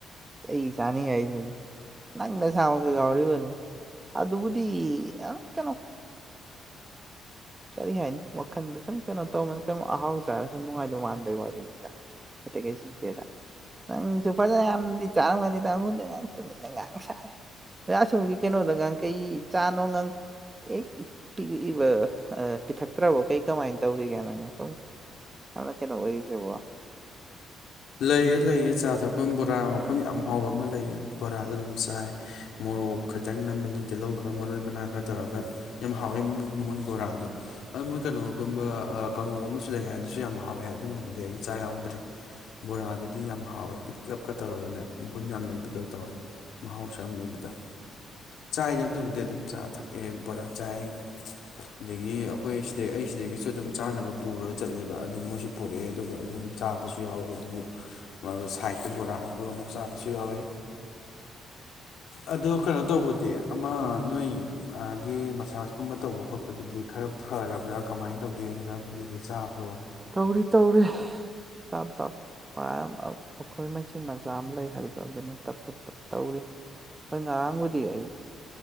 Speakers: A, on the right; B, on the left.
A: ꯆꯩ ꯆꯥꯅꯤꯡꯉꯥꯏꯁꯤꯅꯦ ꯅꯪ ꯅꯁꯥꯃꯛꯁꯨ ꯌꯥꯎꯔꯤꯕꯅꯦ ꯑꯗꯨꯕꯨꯗꯤ <unintelligible> ꯀꯔꯤ ꯍꯥꯏꯅꯤ ꯋꯥꯈꯟ ꯗ ꯁꯨꯝ ꯀ ꯇꯧꯕꯅ ꯀꯩꯅꯣ ꯑꯍꯥꯎ ꯆꯥꯔꯁꯨ ꯅꯨꯡꯉꯥꯏꯗꯧ ꯃꯥꯟꯕꯒꯤ ꯋꯥꯔꯤꯅꯤꯗ ꯑꯇꯩ ꯀꯩꯁꯨ ꯅꯠꯇꯦꯗ ꯅꯪꯁꯨ ꯐꯅꯌꯥꯝꯗꯤ ꯆꯥꯔꯝꯒꯅꯤꯗ ꯑꯩꯉꯣꯟꯗ ꯇꯨꯃꯤꯟꯅ ꯉꯥꯡ ꯁꯥꯔꯤ ꯑꯥ ꯑꯁꯣꯝꯒꯤ ꯀꯩꯅꯣꯗꯒ ꯀꯩ ꯆꯥꯅꯣ ꯅꯪ ꯑꯦ ꯄꯤꯕ ꯑꯥ ꯄꯤꯊꯛꯇ꯭ꯔꯕꯣ ꯀꯩ ꯀꯃꯥꯏꯅ ꯇꯧꯔꯤꯒꯦ ꯅꯪꯅ ꯁꯨꯝ ꯌꯥꯝꯅ ꯀꯩꯅꯣ ꯑꯣꯏꯔꯤꯁꯤꯕꯣ
B: ꯂꯩꯌꯦ ꯂꯩꯌꯦ ꯆꯥ ꯊꯛꯐꯝ ꯕꯣꯔꯥ ꯃꯐꯝ ꯌꯥꯝ ꯍꯥꯎꯕ ꯑꯃ ꯂꯩꯌꯦ ꯕꯣꯔꯥꯗꯣ ꯑꯗꯨꯝ ꯆꯥꯏ ꯃꯣꯔꯣꯛ ꯈꯤꯇꯪ ꯅꯝꯃꯅꯤ ꯇꯤꯜꯍꯧ ꯈꯔ ꯃꯔꯣꯏ ꯃꯅꯥ ꯈꯔ ꯇꯧꯔꯒ ꯌꯥꯝ ꯍꯥꯎꯋꯦ ꯃꯣꯏ ꯕꯣꯔꯥꯗꯣ ꯑꯗꯨ ꯃꯣꯏ ꯀꯩꯅꯣꯒꯨꯝꯕ ꯑꯥ ꯀꯥꯡꯉꯧ ꯑꯃꯁꯨ ꯂꯩ ꯍꯥꯏ ꯑꯗꯨꯁꯨ ꯌꯥꯝ ꯍꯥꯎꯋꯦ ꯑꯗꯨꯃꯕꯨꯗꯤ ꯑꯩ ꯆꯥ ꯌꯥꯎꯗ꯭ꯔꯤ ꯕꯣꯔꯥꯗꯨꯗꯤ ꯌꯥꯝ ꯍꯥꯎꯋꯦ ꯄꯤꯛꯂꯞꯀ ꯇꯧꯔꯒꯅꯦ ꯃꯒꯨꯟ ꯌꯥꯝ ꯂꯩꯕꯗꯣ ꯇꯧꯋꯦ ꯃꯍꯥꯎꯁꯨ ꯌꯥꯝ ꯂꯩꯕꯗꯣ ꯆꯥꯏꯗ ꯑꯗꯨꯕꯨꯗꯤ ꯑꯗꯨꯝ ꯆꯥ ꯊꯛꯑꯦ ꯕꯣꯔꯥ ꯆꯥꯏ ꯑꯗꯒꯤ ꯑꯩꯈꯣꯏ ꯁꯤꯗꯩ ꯑꯩ ꯁꯤꯗꯒꯤꯁꯨ ꯑꯗꯨꯝ ꯆꯥꯅꯕ ꯄꯨꯔꯒ ꯆꯠꯂꯦꯕ ꯑꯗꯨ ꯃꯣꯏꯁꯨ ꯄꯨꯔꯛꯑꯦ ꯑꯗꯨꯒ ꯑꯗꯨꯝ ꯆꯥꯕꯁꯨ ꯌꯥꯎꯋꯦ ꯑꯗꯨ ꯁꯥꯏꯠꯇ ꯕꯣꯔꯥ ꯍꯥꯞꯄꯒ ꯑꯃꯨꯛ ꯆꯥꯕꯁꯨ ꯌꯥꯎꯋꯦ ꯑꯗꯣ ꯀꯩꯅꯣ ꯇꯧꯕꯗꯤ ꯑꯃ ꯅꯣꯏ ꯑꯥꯒꯤ ꯃꯁꯥꯥꯁꯀꯨꯝꯕ ꯇꯧꯕ ꯈꯣꯠꯄꯗꯨꯗꯤ ꯈꯔ ꯐꯔꯕ꯭ꯔ ꯀꯃꯥꯏ ꯇꯧꯒꯦ ꯍꯤꯗꯥꯛ ꯒꯨꯂꯤꯗꯤ ꯆꯥꯕ꯭ꯔꯣ
A: ꯇꯧꯔꯤ ꯇꯧꯔꯤ ꯇꯞ ꯇꯞ ꯄꯥꯏꯔ ꯑꯩꯈꯣꯏ ꯃꯆꯤꯟ ꯃꯆꯥ ꯑꯃ ꯂꯩ ꯍꯥꯏꯗ ꯑꯗꯨꯅ ꯇꯞ ꯇꯞ ꯇꯞ ꯇꯧꯔꯤ ꯍꯣꯏ ꯉꯔꯥꯡꯕꯨꯗꯤ ꯑꯩ